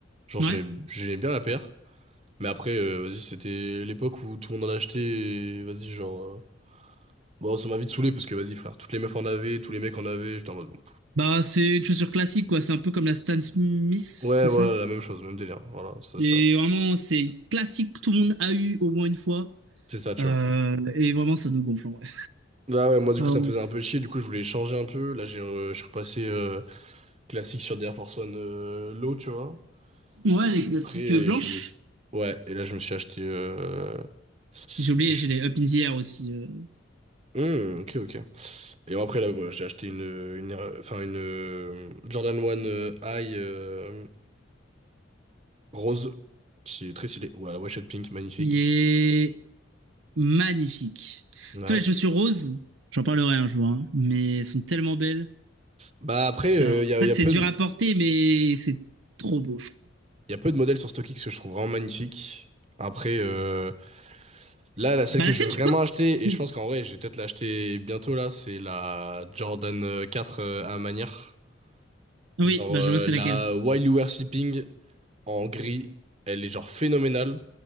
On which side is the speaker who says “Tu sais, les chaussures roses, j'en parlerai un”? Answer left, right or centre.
Right